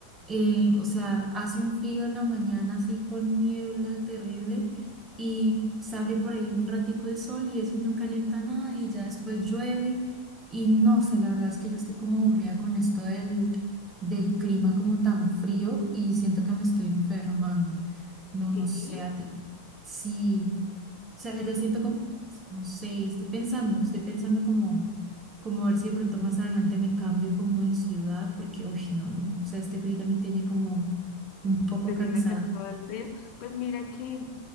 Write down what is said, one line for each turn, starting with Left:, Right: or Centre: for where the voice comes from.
Right: eh, o sea, hace un frío en la mañana así con niebla terrible y sale por ahí un ratico el sol y eso no calienta nada y ya después llueve y no, o sea, la verdad es que ya estoy como aburrida con esto del, del clima como tan frío y siento que me estoy enfermando. No,
Left: sí.
Right: no sé, a ti. Sí sea,
Left: Mm,
Right: ya siento como, no sé, estoy pensando, estoy pensando como, como a ver si de pronto más adelante me cambio como de ciudad, porque, uy, no, no, o sea, este frío ya me tiene como un poco
Left: ¿te
Right: cansada,
Left: tiene cansado el frío? Pues mira que,